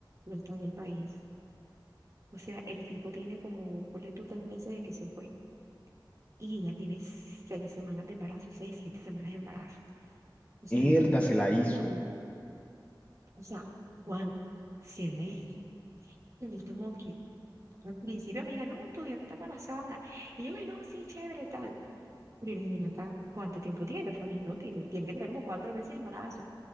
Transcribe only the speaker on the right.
no está en el país. O sea, el tipo tiene como, ponle tú tres meses de que se fue. y ya tiene seis semanas de embarazo, seis, siete semanas de embarazo. O sea,
no es posible.
O sea, Juan, si él le dijo, él como que al principio, amiga, no, tu jefa está embarazada. Y yo, ay, no, sí, chévere, tal. Pero mira acá, ¿cuánto tiempo tiene? O sea, y no, tiene, tiene que tener como cuatro meses de embarazo.